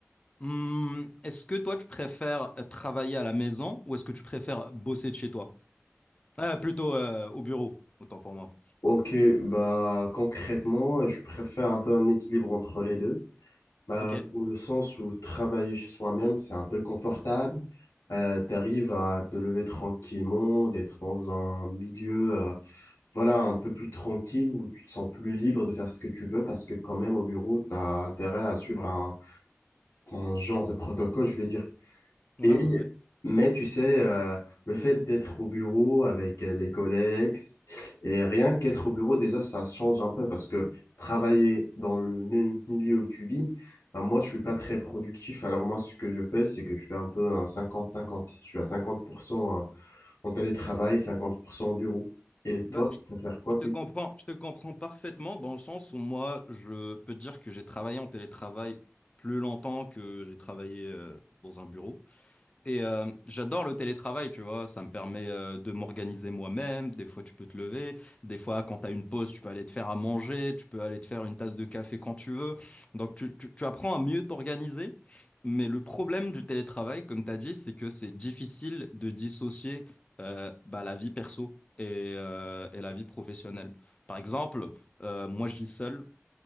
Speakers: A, on the left; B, on the left.
A: Hum, est-ce que toi, tu préfères travailler à la maison ou est-ce que tu préfères bosser de chez toi? Ah, plutôt euh, au bureau, autant pour moi.
B: Ok, bah concrètement, je préfère un peu un équilibre entre les deux. Bah,
A: Ok, ouais,
B: dans le sens où travailler chez soi-même, c'est un peu confortable. Euh, tu arrives à te lever tranquillement, d'être dans un milieu euh, voilà, un peu plus tranquille, où tu te sens plus libre de faire ce que tu veux, parce que quand même au bureau, tu as intérêt à suivre un, un genre de protocole, je vais dire.
A: ouais,
B: Et,
A: ouais.
B: mais tu sais, euh, le fait d'être au bureau avec euh, les collègues, et rien qu'être au bureau, déjà, ça change un peu parce que travailler dans le même milieu où tu vis, ben, moi, je suis pas très productif. Alors moi, ce que je fais, c'est que je fais un peu un cinquante cinquante. Je suis à 50% en télétravail, 50% au bureau. Et toi,
A: Bah,
B: tu
A: je
B: préfères quoi
A: je
B: plus
A: te comprends, je te comprends parfaitement dans le sens où moi, je peux te dire que j'ai travaillé en télétravail plus longtemps que j'ai travaillé euh, dans un bureau. Et euh, j'adore le télétravail, tu vois, ça me permet euh, de m'organiser moi-même. Des fois, tu peux te lever. Des fois, quand tu as une pause, tu peux aller te faire à manger, tu peux aller te faire une tasse de café quand tu veux. Donc, tu, tu- tu apprends à mieux t'organiser. Mais le problème du télétravail, comme tu as dit, c'est que c'est difficile de dissocier euh, bah, la vie perso et, euh, et la vie professionnelle. Par exemple, euh, moi, je vis seul